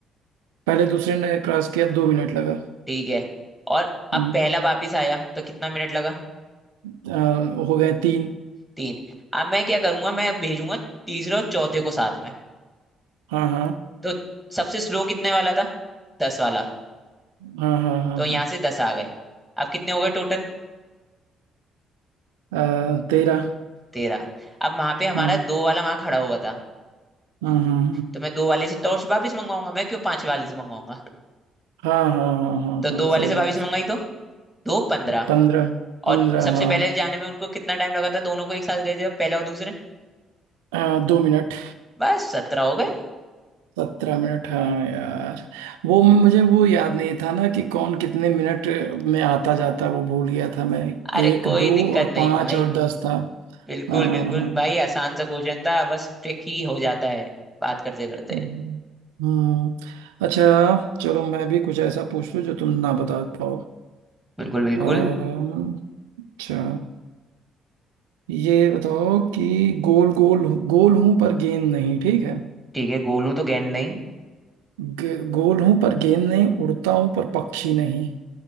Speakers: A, on the right (about 85°); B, in the centre.
A: पहले दूसरे ने क्रॉस किया दो मिनट लगा
B: ठीक है और अब
A: हम्म
B: पहला वापिस आया तो कितना मिनट लगा
A: अ, हो गए तीन
B: तीन अब मैं क्या करूंगा मैं भेजूंगा तीसरे और चौथे को साथ में
A: हाँ हाँ
B: तो सबसे स्लो कितने वाला था दस वाला
A: हाँ हाँ हाँ
B: तो
A: हाँ
B: यहाँ से दस आ गए अब कितने हो गए टोटल
A: हाँ अ, तेरह
B: तेरह अब वहां पे हमारा
A: हाँ
B: दो वाला वहां खड़ा हुआ था
A: हाँ हाँ
B: तो मैं दो वाले से टॉर्च वापिस मंगवाऊंगा मैं क्यों पांच वाले से मंगवाऊंगा
A: हाँ हाँ हाँ हाँ हाँ
B: तो दो
A: हाँ,
B: वाले
A: सही
B: से
A: बात
B: वापिस मंगाई तो दो पंद्रह
A: पंद्रह पंद्रह
B: और सबसे
A: हाँ
B: पहले जाने में उनको कितना टाइम लगा था दोनों को एक साथ गए थे पहला और दूसरे
A: आ, दो मिनट
B: बस सत्रह हो गए
A: सत्रह मिनट हाँ यार वो म- मुझे वो याद नहीं था ना कि कौन कितने मिनट में आता जाता वो भूल गया था मैं
B: अरे
A: एक
B: कोई
A: दो
B: दिक्कत
A: और
B: नहीं
A: पाँच
B: भाई
A: और दस था
B: बिल्कुल
A: हाँ
B: बिल्कुल
A: हाँ
B: भाई आसान सा क्वेश्चन था बस ट्रिक ही हो जाता है बात करते करते
A: हम्म हम्म, अच्छा चलो मैं भी कुछ ऐसा पूछ लूँ जो तुम ना बता पाओ
B: बिल्कुल बिल्कुल
A: अम्म, अच्छा ये बताओ कि गोल गोल गोल हूं पर गेंद नहीं ठीक है
B: ठीक है गोलू तो गेंद नहीं
A: गे- गोल हूं पर गेंद नहीं उड़ता हूं पर पक्षी नहीं